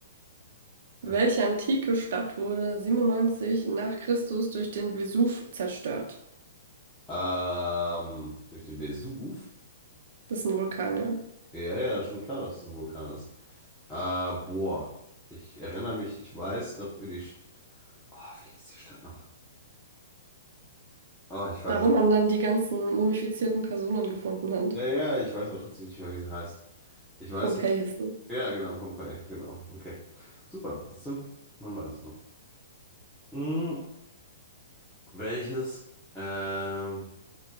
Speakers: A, in the centre; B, on the right.
A: als
B: Welche antike Stadt wurde 97 nach Christus durch den Vesuv zerstört?
A: ähm, durch den Vesuv?
B: Das ist ein Vulkan, ja.
A: Ja, ja, schon klar, dass es ein Vulkan ist. Äh, boah, ich erinnere mich, ich weiß noch, wie die... St- Oh, wie hieß die Stadt noch? Oh, ich weiß...
B: Da, wo man dann die ganzen mumifizierten Personen gefunden hat.
A: Ja, ja, ich weiß aber trotzdem nicht mehr, wie sie heißt. Ich weiß
B: Pompeji
A: ganz...
B: ist es.
A: Ja, genau, Pompeii, genau. Okay, super. Siehst du? Man weiß es noch. Hm, welches, ähm,